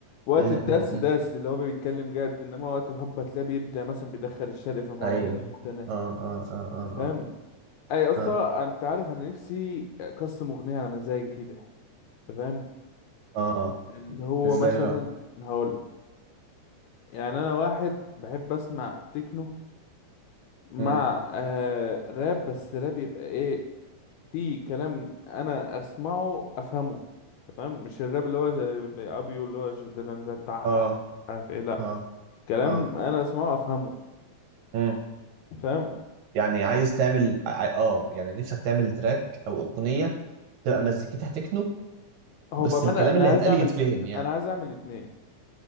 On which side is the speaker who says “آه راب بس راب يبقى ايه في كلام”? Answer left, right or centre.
Left